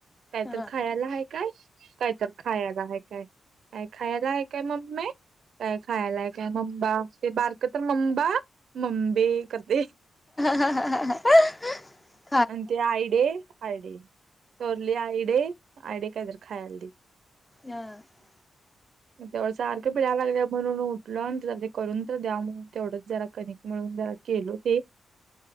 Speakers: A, on the right; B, on the left.
A: कायतर
B: हा
A: खायला हाकाय कायतर खायला हाकाय अ खायला आहे काय मम्म काय खायलाय काय मम्बाे बारक तर मम्बा मबे करध
B: ह ह
A: आणि ते आयडे आयडे चोरली आईडे आईडे कायत खायला
B: हा
A: तेवढ सारखं पिडय लागल्या म्हणून उठल आणि ते करून तर द्या म्हणून तेवढंच जरा कनिक मिळून र खेलो ते जे